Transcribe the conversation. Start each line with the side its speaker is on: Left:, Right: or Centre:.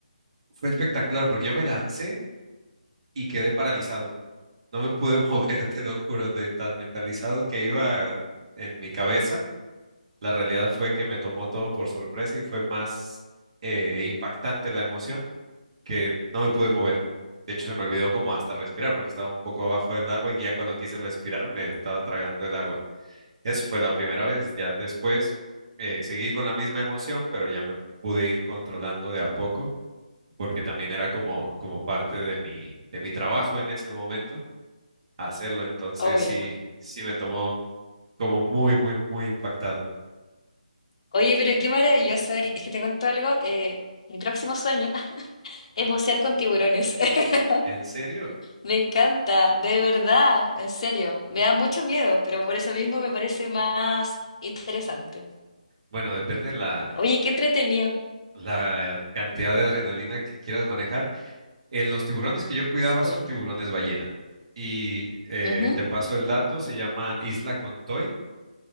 Right: fue espectacular porque yo me lancé y quedé paralizado. No me pude <laughs> mover, te lo juro, de tan mentalizado que iba en mi cabeza. La realidad fue que me tomó todo por sorpresa y fue más eh, impactante la emoción que no me pude mover. De hecho, se me olvidó como hasta respirar porque estaba un poco abajo del agua y ya cuando quise respirar me estaba tragando el agua. Eso fue la primera vez. Ya después eh, seguí con la misma emoción, pero ya me pude ir controlando de a poco, porque también era como, como parte de mi, de mi trabajo en ese momento hacerlo. Entonces
Left: Obvio.
Right: sí, sí me tomó como muy, muy, muy impactado.
Left: Oye, pero qué maravilloso, Eric. Es que te cuento algo. eh, mi próximo sueño <laughs> es bucear con tiburones. <laughs>
Right: ¿En serio?
Left: Me encanta, de verdad, en serio. Me da mucho miedo, pero por eso mismo me parece más interesante.
Right: Bueno, depende de la,
Left: Oye, qué entretenido.
Right: la cantidad de adrenalina que quieras manejar. Eh, los tiburones que yo cuidaba
Left: Sí.
Right: son tiburones ballena. Y eh,
Left: Ujú.
Right: te paso el dato, se llama Isla Contoy